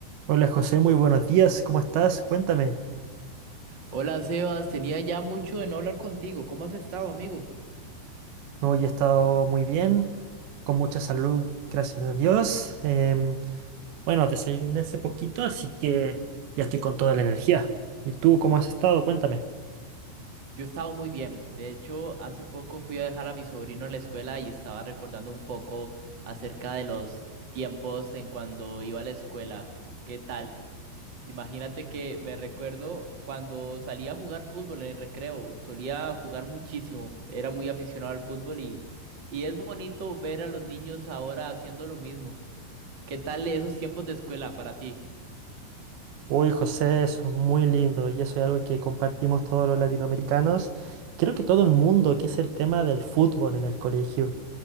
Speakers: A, on the right; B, on the right.
A: Hola José, muy buenos días, ¿cómo estás? Cuéntame.
B: Hola Sebas, tenía ya mucho de no hablar contigo. ¿Cómo has estado, amigo?
A: Hoy he estado muy bien, con mucha salud, gracias a Dios. Em, bueno, desayuné hace poquito, así que ya estoy con toda la energía. ¿Y tú cómo has estado? Cuéntame.
B: Yo he estado muy bien. De hecho, hace poco fui a dejar a mi sobrino a la escuela y estaba recordando un poco acerca de los tiempos en cuando iba a la escuela. ¿Qué tal? Imagínate que me recuerdo cuando salía a jugar fútbol en el recreo. Solía jugar muchísimo. Era muy aficionado al fútbol y, y es bonito ver a los niños ahora haciendo lo mismo. ¿Qué tal esos tiempos de escuela para ti?
A: Uy, José, eso es muy lindo y eso es algo que compartimos todos los latinoamericanos. Creo que todo el mundo, que es el tema del fútbol en el colegio.